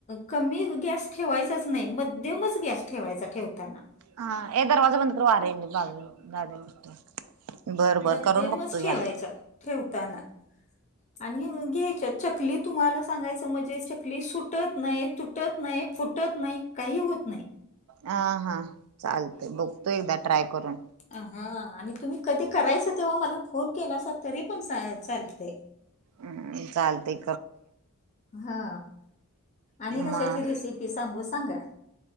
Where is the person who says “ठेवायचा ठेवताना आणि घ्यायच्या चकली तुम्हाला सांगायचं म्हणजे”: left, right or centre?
Left